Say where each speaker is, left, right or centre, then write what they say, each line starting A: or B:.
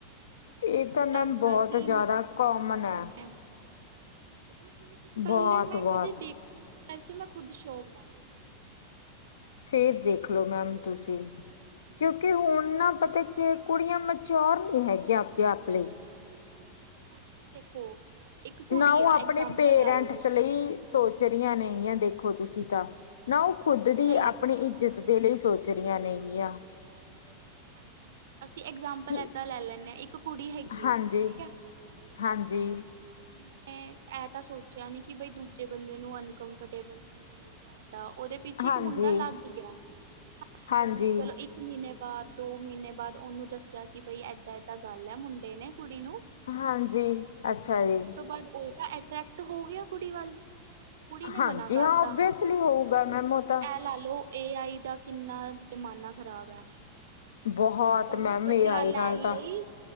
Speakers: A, on the right (about 60°); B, on the left (about 65°).
A: ਉਹਦੀਆਂ
B: ਇਹ ਤਾਂ
A: ਕਲਾਸਾਂ
B: ਮੈਮ ਬਹੁਤ
A: ਚੀ
B: ਜ਼ਿਆਦਾ
A: ਬੋਏਫ੍ਰੈਂਡ
B: ਕੋਮਨ ਹੈ
A: ਨੇ। ਉਹ ਚੀਜ਼ ਪਹਿਲੇ
B: ਬਹੁਤ-ਬਹੁਤ
A: ਮੈਂ ਕਦੇ ਦੇਖੀ ਨਹੀਂ ਮੇਰੀ ਲਾਈਫ ਚ ਮੈਂ ਖੁਦ ਸ਼ੌਂਹਕਡ ਹਾ ਦੇਖ ਕੇ।
B: ਫੇਰ ਦੇਖਲੋ ਮੈਮ ਤੁਸੀਂ। ਕਿਉਂਕਿ ਹੁਣ ਨਾ ਪਤਾ ਕੀ ਕੁੜੀਆਂ ਮਚਓਰ ਨੀ ਹੈਗੀਆਂ ਆਪਦੇ- ਆਪ ਲਈ।
A: ਕੁਛ ਦੇਖੋ ਇੱਕ ਕੁੜੀ
B: ਨਾ ਉ
A: ਆ
B: ਆਪਣੇ
A: ਐਗਜਾਮਪਲ
B: ਪੇਰੈਂਟਸ
A: ਲਾ ਲਓ ਤੁਸੀਂ
B: ਲਈ ਸੋਚ ਰਹੀਆਂ ਨੇ ਨਹੀ ਗੀਆਂ ਦੇਖੋ ਤੁਸੀਂ ਤਾਂ ਨਾ ਉਹ ਖੁੱਦ ਦੀ
A: ਨਹੀਂ
B: ਆਪਣੀ ਇੱਜਤ
A: ਹਾਂਜੀ
B: ਦੇ ਲਈ ਸੋਚ ਚਰੀਆਂ ਨੇ ਏਨੀਆ।
A: ਹਾਂਜੀ ਅਸੀਂ ਐਗਜਾਮਪਲ
B: ਕਿ
A: ਏਦਾਂ ਲੈ ਲੈਂਨੇ ਆਂ ਏਕ ਕੁੜੀ ਹੈਗੀ
B: ਹਾਂਜੀ
A: ਏ, ਠੀਕ ਏ
B: ਹਾਂਜੀ।
A: ੳਨੇ ਐ ਤਾਂ ਸੋਚਿਆ ਨੀ ਕਿ ਬਈ ਦੂਜੇ ਬੰਦੇ ਨੂੰ ਅਨਕਫਰਟੇਬਲ ਫੀਲ ਹੋਊਗਾ ਦਾ ੳਦੇ ਪਿੱਛੇ
B: ਹਾਂਜੀ
A: ਏਕ ਮੁੰਡਾ ਲੱਗ ਗਿਆ,
B: ਹਾਂਜੀ
A: ਉਨੇ ਚਲੋ ਏਕ ਮੀਨੇ ਬਾਦ ਦੋ ਮੀਨੇ ਬਾਦ ਉਨੂੰ ਦੱਸਿਆ ਕਿ ਬਈ ਐਦਾਂ-ਐਦਾਂ ਗੱਲ ਐ, ਮੁੰਡੇ ਨੇ ਕੁੜੀ ਨੂੰ
B: ਹਾਂਜੀ। ਅੱਛਾ
A: ਤੇ
B: ਜੀ
A: ਉਸ ਤੋਂ ਬਾਦ ਉ ਤਾਂ ਅਟਰ੍ਰੈਕਟ ਹੋ ਗਿਆ ਕੁੜੀ ਵੱਲ। ਕੁੜੀ ਨੇ ਮਨਾ
B: ਹਾਂਜੀ
A: ਕਾਰਤਾ,
B: ਹਾਂ ਓਬੀਅਸਲੀ ਹੋਊਗਾ
A: ਹੁਨ
B: ਮੈਮ
A: ਤੁਸੀਂ
B: ਉਹ ਤਾਂ
A: ਐ ਲਾ ਲੋ ਏ ਆਈ ਦਾ ਕਿੰਨਾ ਜ਼ਮਾਨਾ ਖ਼ਰਾਬ ਐ।
B: ਬਹੁਤ
A: ਉਨੇ
B: ਮੈਮ
A: ਬਦਲਾ
B: ਏ ਆਈ
A: ਲੈਨ
B: ਨਾਲ ਤਾਂ
A: ਲਈ